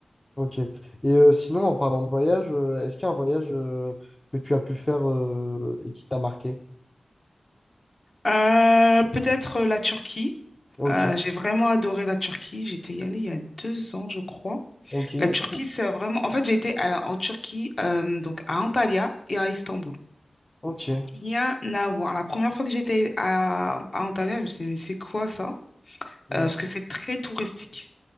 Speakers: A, on the left (about 20°); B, on the left (about 45°).
A: ok. Et euh, sinon, en parlant de voyage, euh, est-ce qu'il y a un voyage euh, que tu as pu faire euh, et qui t'a marqué?
B: Euh, peut-être euh, la Turquie.
A: Ok,
B: Euh, j'ai vraiment adoré la Turquie. J'étais y allée il y a deux ans, je crois.
A: ok,
B: La Turquie, c'est vraiment... En fait, j'ai été à la- en Turquie, euh, donc à Antalya et à Istanbul.
A: ok,
B: Rien à voir. La première fois que j'étais à, à Antalya, je me suis dit, mais c'est quoi ça? Euh,
A: Mm.
B: parce que c'est très touristique.